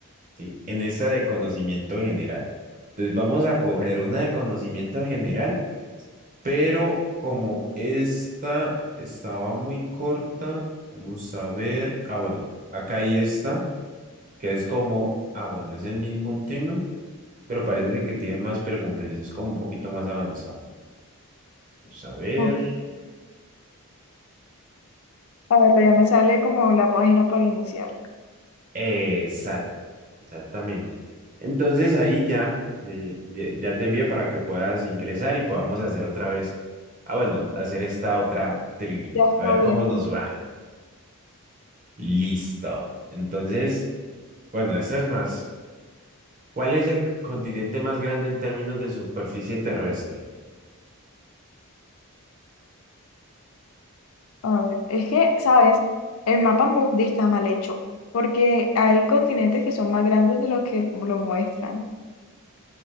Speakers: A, on the right; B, on the left.
A: ¿sí? En esta de conocimiento general. Entonces, vamos a coger una de conocimiento general, pero como esta estaba muy corta, vamos a ver. Ah, bueno, acá hay esta, que es como, ah, bueno, es el mismo tema, pero parece que tiene más preguntas y es como un poquito más avanzado. Vamos a ver.
B: Uf, A ver, ya me sale como la página para iniciar.
A: Exacto, exactamente. Entonces ahí ya, eh, ya, ya te envía para que puedas ingresar y podamos hacer otra vez. Ah, bueno, hacer esta otra trivia.
B: Ya está
A: A ver
B: bien.
A: cómo nos
B: entonces,
A: va. Listo. Entonces, bueno, esta es más. ¿Cuál es el continente más grande en términos de superficie terrestre?
B: A ver, es que, ¿sabes? El mapa mundi está mal hecho, porque hay continentes que son más grandes de los que lo muestran.